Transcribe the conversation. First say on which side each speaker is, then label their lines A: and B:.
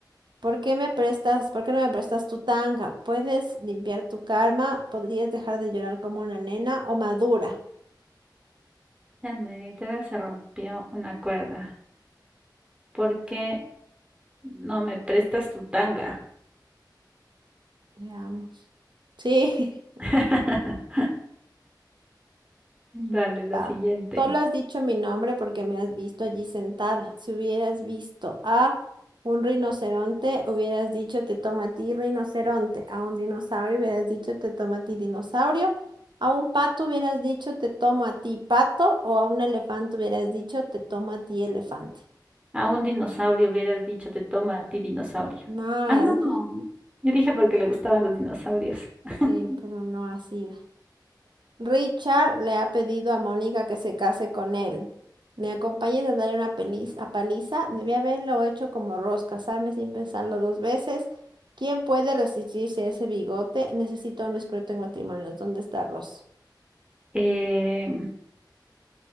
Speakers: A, on the right; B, on the right.
A: ¿Por qué me prestas, por qué no me prestas tu tanga? ¿Puedes limpiar tu karma? ¿Podrías dejar de llorar como una nena o madura?
B: La negrita se rompió una cuerda. ¿Por qué no me prestas tu tanga?
A: Veamos. Sí.
B: <laughs> Dale, la
A: Ta-
B: siguiente.
A: Solo has dicho mi nombre porque me has visto allí sentada. Si hubieras visto a un rinoceronte, hubieras dicho te toma a ti rinoceronte. A un dinosaurio hubieras dicho te toma a ti dinosaurio. A un pato hubieras dicho te tomo a ti pato. O a un elefante hubieras dicho te tomo a ti elefante.
B: A un dinosaurio hubieras dicho, te toma a ti dinosaurio.
A: Mal.
B: Ah, no, no. Yo dije porque le gustaban los dinosaurios. <laughs>
A: Sí, pero no así. Richard le ha pedido a Mónica que se case con él. Me acompañes a darle una peliz- a paliza. Debí haberlo hecho como Ross, casarme sin pensarlo dos veces. ¿Quién puede resistirse a ese bigote? Necesito a un experto en matrimonios. ¿Dónde está Ross?
B: Eh,